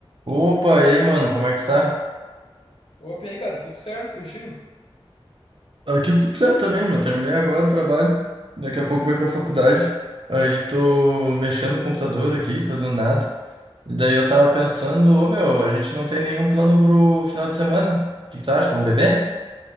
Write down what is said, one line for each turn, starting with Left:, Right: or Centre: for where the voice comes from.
Right: Opa, e aí, mano, como é que tu tá?
Left: Opa, e aí, cara, tudo certo contigo?
Right: Aqui tudo certo também, meu. Terminei agora o trabalho. Daqui a pouco vou ir pra faculdade. Aí tô mexendo no computador aqui, fazendo nada. E daí eu tava pensando, ô meu, a gente não tem nenhum plano pro final de semana. O que que tu acha? Vamos beber?